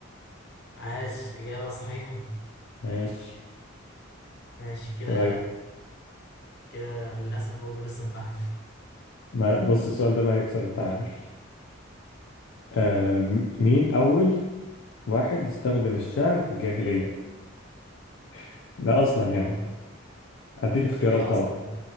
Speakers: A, on the left (about 55°); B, on the left (about 70°).
A: عاش إجابة صحيحة
B: ماشي
A: ماشي كده
B: طيب
A: كده للأسف برضو لسه متعلم
B: ما بص السؤال ده بقى هيكسر التعادل آم، مين أول واحد استخدم الشعر في الجاهلية <laughs> ده أصلا
A: أه
B: يعني أديك اختيارات
A: <laughs> الجاهلية أصلا
B: طبعا